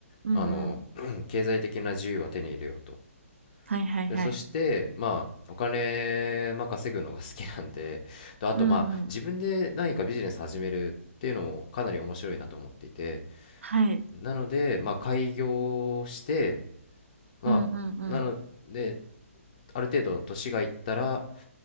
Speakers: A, on the right; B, on the left.
A: うんうん。
B: あの <clears throat> <coughs> 経済的な自由は手に入れようと。
A: はいはいはい。
B: でそしてまあお金、まあ、稼ぐのが好きなんでとあとまあ自分で何かビジネス始めるっていうのもかなり面白いなと思っていて
A: うんうん。はい。
B: なので、まあ、開業して、まあ、
A: うんうんうん。
B: なので、ある程度年がいったら、